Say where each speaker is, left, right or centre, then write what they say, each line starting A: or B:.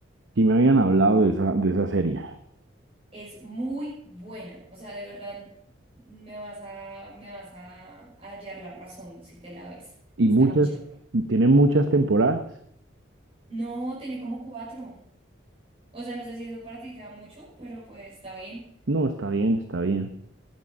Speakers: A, on the right (about 70°); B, on the right (about 30°).
A: y me habían hablado de esa, de esa serie.
B: Es muy buena. O sea, de verdad me vas a, me vas a, a hallar la razón si te la ves.
A: Y
B: Está
A: muchas,
B: muy chévere.
A: tiene muchas temporadas.
B: No, tiene como cuatro. O sea, no sé si eso para ti te da mucho, pero pues está bien.
A: No, está bien, está bien.